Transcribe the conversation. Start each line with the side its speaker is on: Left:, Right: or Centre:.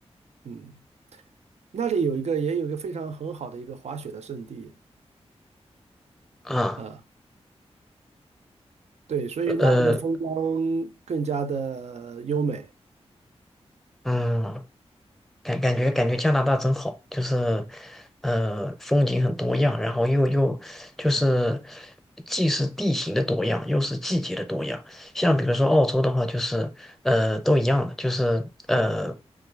Right: 嗯，那里有一个也有一个非常很好的一个滑雪的圣地
Centre: 啊，
Right: 啊，对，所以那边的风光更加的优美。
Centre: 呃，呃嗯，感感觉感觉加拿大真好，就是，呃，风景很多样，然后又又就是，既是地形的多样，又是季节的多样。像比如说澳洲的话，就是呃都一样的，就是呃，